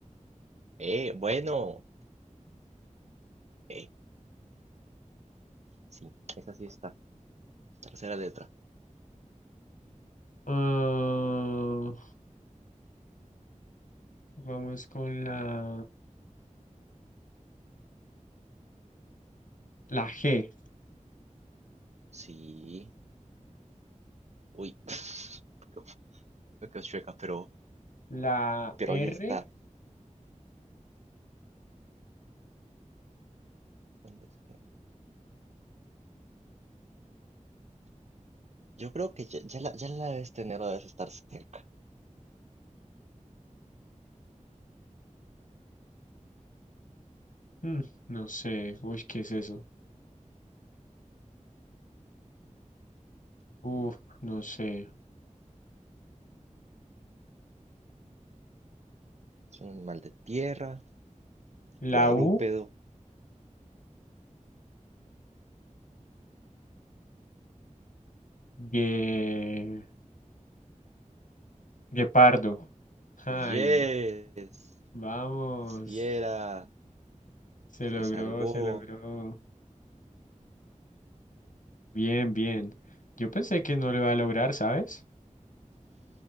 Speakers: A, on the right (about 60°); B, on the left (about 80°).
A: Eh, bueno. Eh, sí, esa sí está. Tercera letra.
B: Ah, vamos con la, la G.
A: Sí, Uy, <laughs> me quedo, me quedo chueca, pero,
B: La
A: pero
B: R.
A: ahí está. ¿Dónde es que? Yo creo que ya, ya la, ya la debes tener o debes estar cerca.
B: Mm, no sé. Uy, ¿qué es eso? Uf, no sé.
A: Es un animal de tierra, cuadrúpedo.
B: La U, Gue- Guepardo. Ay,
A: Yes,
B: vamos.
A: si era,
B: Se
A: se
B: logró,
A: salvó.
B: se logró. Bien, bien. Yo pensé que no lo iba a lograr, ¿sabes?